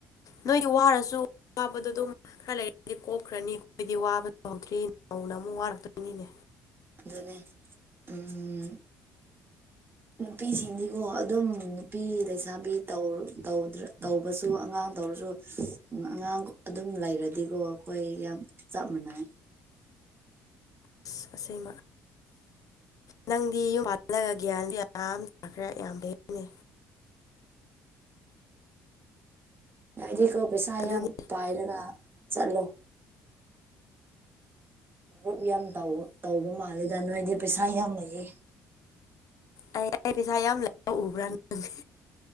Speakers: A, on the left; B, on the right.
A: ꯅꯣꯏꯗꯤ ꯋꯥꯔꯁꯨ ꯋꯥꯕꯗꯣ ꯑꯗꯨꯝ ꯈꯔ ꯂꯩꯔꯗꯤ ꯀꯣꯛꯈ꯭ꯔꯅꯤ ꯑꯩꯈꯣꯏꯗꯤ ꯋꯥꯕꯁꯨ ꯍꯧꯗ꯭ꯔꯤ ꯅꯧꯅ ꯑꯃꯨꯛ ꯋꯥꯔꯛꯇꯣꯏꯅꯤꯅꯦ
B: ꯑꯗꯨꯗꯅꯦ ꯎꯝ ꯅꯨꯄꯤꯁꯤꯡꯁꯤꯀꯣ ꯑꯗꯨꯝ ꯅꯨꯄꯤ ꯂꯩꯁꯥꯕꯤ ꯇꯧ ꯇꯧꯗ꯭ꯔꯦ ꯇꯧꯕꯁꯨ ꯑꯉꯥꯡ ꯇꯧꯔꯁꯨ ꯑꯉꯥꯡ ꯑꯗꯨꯝ ꯂꯩꯔꯗꯤꯀꯣ ꯑꯩꯈꯣꯏ ꯌꯥꯝ ꯆꯞ ꯃꯟꯅꯩ
A: ꯑꯁ ꯑꯁꯦꯡꯕ ꯅꯪꯗꯤ ꯌꯨꯝ ꯄꯜꯂꯒ ꯒ꯭ꯌꯥꯟꯁꯨ ꯌꯥꯝ ꯇꯥꯈ꯭ꯔꯦ ꯌꯥꯝ ꯐꯩꯌꯦꯅꯦ
B: ꯅꯣꯏꯗꯤꯀꯣ ꯄꯩꯁꯥ
A: ꯑꯗꯨꯅꯤ
B: ꯌꯥꯝ ꯄꯥꯏꯔꯒ ꯆꯠꯂꯣ ꯒ꯭ꯔꯨꯞ ꯌꯥꯝ ꯇꯧꯕ ꯃꯥꯜꯂꯤꯦꯗ ꯅꯣꯏꯗꯤ ꯄꯩꯁꯥ ꯌꯥꯝ ꯂꯩꯌꯦ
A: ꯑꯩ ꯑꯩ ꯄꯩꯁꯥ ꯌꯥꯝ ꯂꯩ ꯎꯕ꯭ꯔꯥ ꯅꯪ